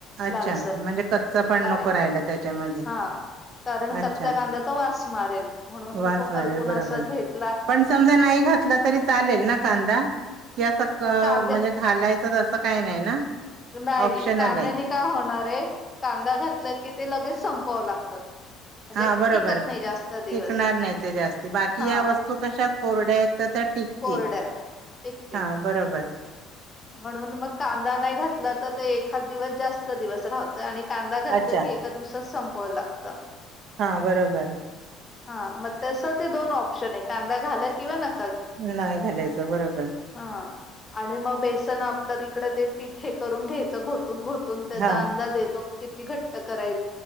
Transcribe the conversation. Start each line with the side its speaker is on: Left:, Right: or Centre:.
Right: अच्छा
Left: लालसर
Right: म्हणजे कच्च पण
Left: बारीक
Right: नको राहिला त्याच्यामध्ये
Left: हा कारण कच्चा
Right: अच्छा
Left: कांद्याचा वास मारेल म्हणून मग
Right: वास
Left: तो
Right: मारेल
Left: परतून
Right: बरोबर
Left: असा घेतला
Right: पण समजा नाही घातला तरी चालेल ना कांदा किंवा
Left: कांदे
Right: म्हणजे घालायचंच असत. असं काही नाही ना
Left: नाहीये
Right: ऑप्शनल
Left: कांद्याने
Right: आहे
Left: काय होणारे कांदा घातला की ते लगेच संपावं लागतात म्हणजे
Right: हा बरोबर
Left: टिकत नाही जास्त दिवस
Right: टिकणार नाही ते जास्ती बाकी
Left: हा
Right: या वस्तू कशा कोरडे्यात तर त्या टिकतील
Left: कोरड्या टिकतील
Right: हा बरोबर
Left: म्हणून मग कांदा नाही घातला ते एखाद दिवस जास्त दिवस राहत आणि कांदा घातलं
Right: अच्छा
Left: की एका दिवसात संपवावं लागत
Right: हा बरोबर
Left: हा मग तस ते दोन ऑप्शन आहे कांदा घाला किंवा नाही
Right: नाही घालायचं बरोबर
Left: हा आणि मग बसणं आपलं तिकड पिट हे करून घ्यायचं घोटून घोटून तून त्याचा
Right: हा
Left: अंदाज येतो. किती घट्ट कराय